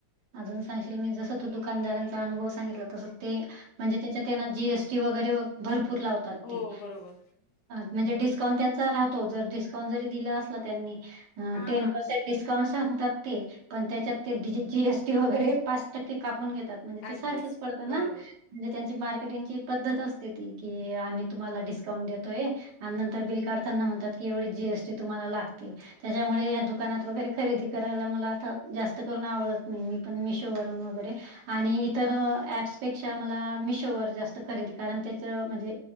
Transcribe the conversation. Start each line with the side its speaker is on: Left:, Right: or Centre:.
Right: अजून सांगशील मी जस तू दुकानदारांचा अनुभव सा सांगितलं तसं ते म्हणज त्या जीएसटी वगरे भरपूर लावतात
Left: हो,
Right: ते.
Left: बरोबर.
Right: म्हणजे डिस्काउंट त्यां राहतो जर डिस्काउंट जरी दिला अस त्यांनी
Left: हां,
Right: टेन
Left: हां.
Right: पर्सेंट. डिस्काउंट सांगतात ते पण त्याच्यात ते डि जी जीएसटी वगैरे पाच टक्के कापून घेतात. म्हणजे
Left: अगदीच.
Right: ते सारखंच पडतं ना.
Left: बरोबर.
Right: म्हणजे त्यांची मार्केटिंगची पद्धत असते ती की आम्ही तुम्हाला डिस्काउंट देतोय. आणि नंतर बिल काढताना म्हणतात की एवढी जीएसटी तुम्हाला लागती. त्याच्यामुळे या दुकानात वगैरे खरेदी कर करायला मला आता जास्त करून आवडत नाही मी पण मिशोवररून वगैरे आणि इतर ऍप्सपेक्षा मला मिशोवरर जास्त खरेदी कारण त्याच म्हणजे